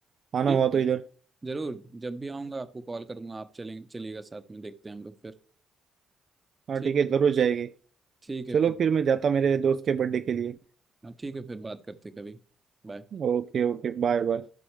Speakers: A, on the right; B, on the right.
A: आना
B: ठीक
A: हुआ तो
B: है
A: इधर
B: जरूर जब भी आऊँगा आपको कॉल करूँगा आप चलें चलिएगा साथ में देखते हैं हम लोग फिर
A: हाँ
B: ठीक
A: ठीक है
B: है
A: जरूर जाएंगे
B: ठीक
A: चलो
B: है फिर
A: फिर मैं जाता मेरे दोस्त के बर्थडे के लिए
B: हाँ ठीक है फिर बात करते हैं कभी बाय
A: Okay okay bye bye